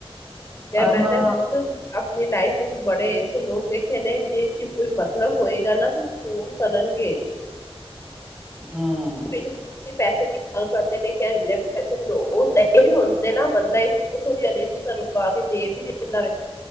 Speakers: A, in the centre; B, on the left (about 25°).
A: ਪਰ
B: ਯਾਰ ਮੈਂ
A: ਨਾ
B: ਤਾਂ ਖੁਦ। ਆਪਣੀ ਲਾਈਫ ਵਿੱਚ ਬੜੇ ਐੇਸੇ ਲੋਕ ਦੇਖੇ ਨੇ, ਜੇ ਕੋਈ ਮਤਲਬ ਹੋਏਗਾ ਨਾ ਤੇ ਫੋਨ ਕਰਨਗੇ।
A: ਹਾਂ ਅ।
B: ਸਈ, ਤੁਸੀਂ ਪੈਸੇ ਦੀ। ਅ ਕਰਦੇ ਨੇ, ਕਹਿ ਇੰਨੇ ਪੈਸੇ ਦੀ ਲਓ <unintelligible> ਓ ਲੋਨ ਵੀ ਹੁੰਦੇ ਨਾ, ਬੰਦਾ ਏਥੋਂ ਦੀ ਅਰੇਂਜ ਕਰ ਪਾ ਕੇ ਦੇ ਵੀ ਦਿੰਦਾ ਵੇ।